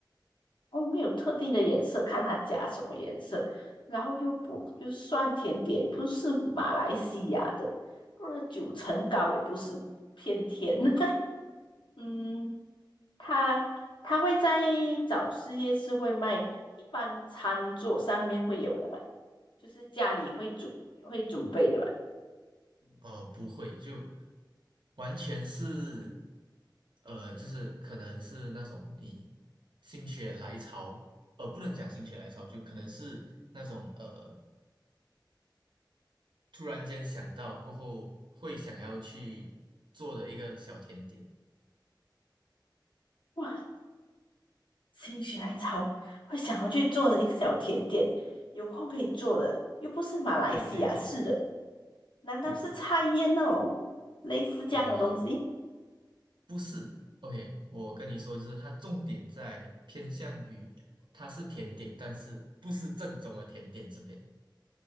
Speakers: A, on the left (about 80°); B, on the right (about 70°).
A: 哦，没有特定的颜色，看它加什么颜色。然后又不又算甜点，不是马来西亚的，不然九层糕也不是偏甜。<laughs> 嗯，它它会在早市夜市会卖，一般餐桌上面会有的嘛，就是家里会准会准备的嘛。
B: 呃不会就完全是呃就是可能是那种你心血来潮，呃不能讲心血来潮，就可能是那种呃突然间想到过后会想要去做的一个小甜点，
A: 哇，心血来潮会想要去做的一个小甜点，有空可以做的，又不是马来西亚是的，
B: 对对对。
A: 难道是菜叶那种类似这样的东西？
B: 对，呃，不是，OK，我跟你说，就是它重点在偏向于它是甜点，但是不是正宗的甜点这边。